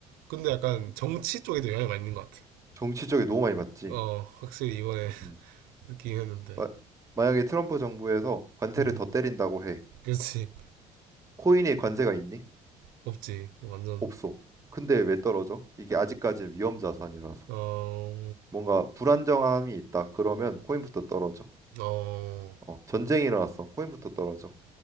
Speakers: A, on the right; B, on the right.
A: 근데 약간 정치 쪽에도 영향이 많이 있는 것 같아.
B: 정치 적이 너무 많이 받지.
A: 어, 확실히 이번에 <laughs>
B: 음.
A: 느끼긴 했는데.
B: 마- 만약에 트럼프 정부에서 관세를
A: 음,
B: 더 때린다고 해.
A: 그렇지.
B: 코인에 관세가 있니?
A: 없지. 완전,
B: 없어. 근데 왜 떨어져? 이게 아직까지는 위험 자산이라서
A: 어,
B: 뭔가 불안정함이 있다. 그러면 코인부터 떨어져.
A: 어,
B: 어, 전쟁이 일어났어. 코인부터 떨어져.